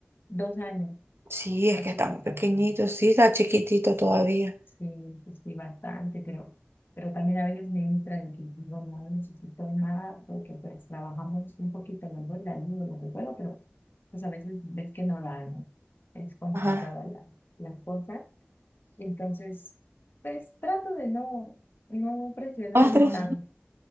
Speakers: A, on the left; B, on the right.
A: dos años,
B: Sí, es
A: está
B: que
A: chiquito.
B: está muy pequeñito, sí, está chiquitito todavía.
A: Sí, pues sí, bastante, pero, pero también a veces me entra de que digo, no necesito más, porque pues trabajamos un poquito, luego la ayuda, lo que puedo, pero pues a veces ves que no dan, ¿no? es complicada
B: Ajá.
A: la, la cosa, entonces pues trato de no, no presionarme
B: ¿Más tres?
A: tanto.